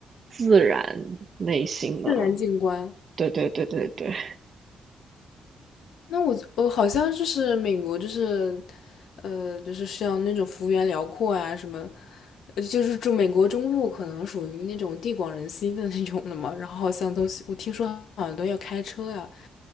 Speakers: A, on the right; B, on the left.
A: 自然类型的。
B: 自然景观。
A: 对对对对对
B: 那我我好像就是美国，就是呃，就是像那种幅员辽阔啊，什么，呃就是住美国中部可能属于那种地广人稀的那种的嘛。然后好像都我听说好像都要开车呀、